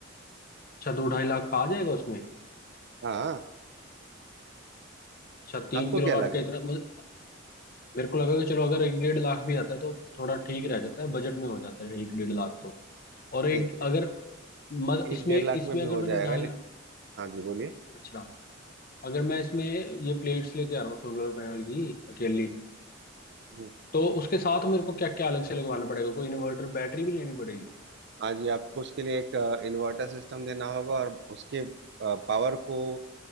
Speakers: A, on the left; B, on the right.
A: अच्छा दो ढाई लाख आ जाएगा उसमें
B: हाँ
A: अच्छा तीन
B: आपको
A: किलो
B: क्या
A: वाट
B: लगा
A: का इतना मुझे- मेरे को लगा कि चलो अगर एक डेढ़ लाख भी आता है तो थोड़ा ठीक रह जाता है बजट में हो जाता है एक डेढ़ लाख तो और एक
B: नहीं तो
A: अगर मत इसमें
B: एक डेढ़
A: इसमें
B: लाख में भी
A: अगर
B: हो
A: मेरा
B: जाएगा
A: ढाई
B: लेकिन
A: लाख
B: हाँ जी बोलिए
A: अच्छा अगर मैं इसमें ये प्लेट्स लेके आ रहा हूँ सोलर पैनल की अकेली
B: हम्म।
A: तो उसके साथ मेरे को क्या क्या अलग से लगवाना पड़ेगा कोई इन्वर्टर बैटरी भी लेनी पड़ेगी
B: हाँ जी आपको उसके लिए एक इन्वर्टर सिस्टम देना होगा और उसके पावर को